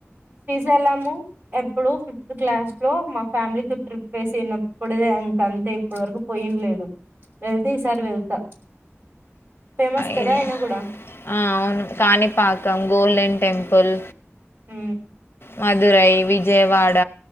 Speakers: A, on the right (about 40°); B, on the left (about 55°).
A: వెళ్లాము ఎప్పుడో ఫిఫ్త్ క్లాస్ లో మా ఫ్యామిలీతో ట్రిప్ ఏసేనప్పుడిదే ఇంకంతే ఇప్పుటి వరకు పోయ్యిండ్లేదు వెళ్తే ఈసారి వెళ్తా ఫేమస్ కదా
B: <inaudible>
A: అయినా కూడా
B: ఆ అవును కాణిపాకం గోల్డెన్ టెంపల్
A: ఊ
B: మధురై విజయవాడ